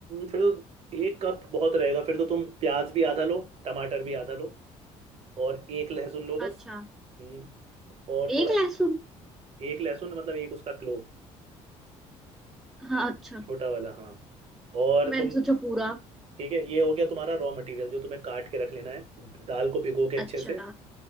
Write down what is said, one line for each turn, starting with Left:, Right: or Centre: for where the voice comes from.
Right: फिर तो एक कप बहुत रहेगा फिर तो तुम प्याज भी आधा लो टमाटर भी आधा लो और एक लहसुन लो बस
Centre: अच्छा
Right: हम्म, और थोड़ा
Centre: एक लहसुन
Right: एक लहसुन मतलब एक उसका क्लोव
Centre: हाँ अच्छा
Right: छोटा वाला हाँ और
Centre: मैंने
Right: तुम
Centre: सोचा पूरा
Right: ठीक है ये हो गया तुम्हारा रॉ मटेरियल जो तुम्हें काट के रख लेना है दाल को भिगो के अच्छे
Centre: अच्छा
Right: से